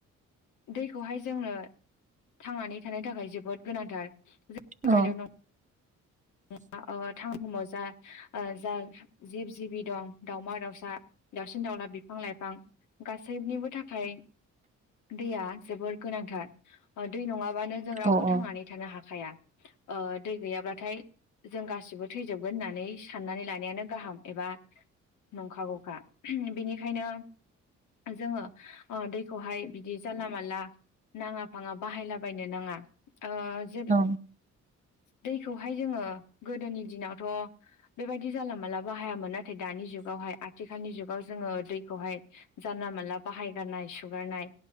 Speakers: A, on the left; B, on the right.
A: दैखौहाय जोंनो थांनानै थानो थाखाय जोबोद गोनांथार थाखायल'
B: औ
A: नङा
B: <inaudible>
A: ओ थां बुुहुमाव ओ जा ओ जा जिब-जिबि दं दावमा-दाउसा, दाउसिन-दाउ बिफां-लाइफां गासैनिबो थाखाय दैया जोबोर गोनांथार दै नङाब्ला। बानो जों रावबो
B: अ
A: थांनानै थानो हाखाया ओ दै गैयाब्लाथाय जों गासिबो थैजोबगोन होननानै साननानै लानायानो गाहाम एबा नंखागौखा बेनिखायनो। जोङो ओ दैखौहाय बिदि जानला-मानला। नाङा फाङा बाहायलाबायनो नाङा। ओ जेब
B: अ
A: दैखौहाय जोङो। गोदोनि दिनावथ' बेबायदि जाला माला बाहायामोन नाथाय दानि जुगावहाय आथिखालनि जुगाव। जोङो दैखौहाय जानला मोनला बाहायगारनाय सुगारनाय।